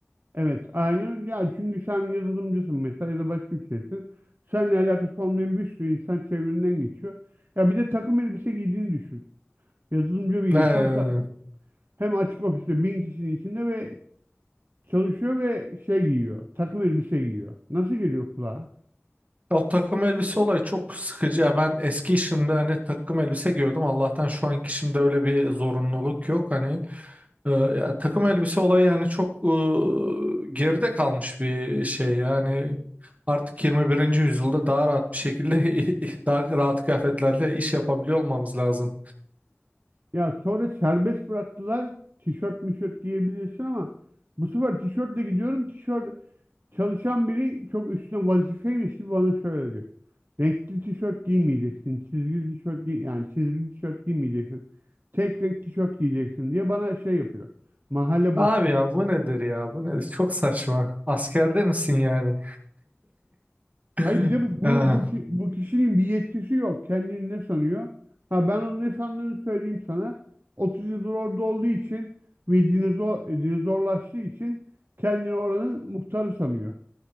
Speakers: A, on the right (about 50°); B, on the right (about 35°).
A: Evet, aynı. Ya çünkü sen yazılımcısın mesela ya da başka bir şeysin. Seninle alakası olmayan bir sürü insan çevrenden geçiyor. Ya bir de takım elbise giydiğini düşün. Yazılımcı bir
B: E,
A: insan ta- hem açık ofiste bin kişinin içinde ve çalışıyor ve şey giyiyor. Takım elbise giyiyor. Nasıl geliyor kulağa?
B: o takım elbise olayı çok sıkıcı. Ya ben eski işimde hani takım elbise giyiyordum. Allah'tan şu anki işimde öyle bir zorunluluk yok. Hani Ee, ya takım elbise olayı yani çok e, geride kalmış bir şey yani artık 21. yüzyılda daha rahat bir şekilde <laughs> daha rahat kıyafetlerle iş yapabiliyor olmamız lazım.
A: Ya sonra serbest bıraktılar. Tişört mişört giyebilirsin ama bu sefer tişörtle gidiyorum. Tişört Çalışan biri çok üstüne vazifeymiş gibi bana şöyle diyor. Renkli tişört giymeyeceksin. Çizgili tişört giy yani çizgili tişört giymeyeceksin. Tek renk tişört giyeceksin diye bana şey yapıyor. Mahalle
B: Abi
A: baskısı.
B: ya bu nedir ya bu nedir çok saçma askerde misin yani? <laughs>
A: Hayır bir de bu, bu,
B: Ya,
A: bu, ki- bu kişinin bir yetkisi yok. Kendini ne sanıyor? Ha ben onun ne sandığını söyleyeyim sana. 30 yıldır orada olduğu için ve dinozor, e, dinozorlaştığı için kendini oranın muhtarı sanıyor.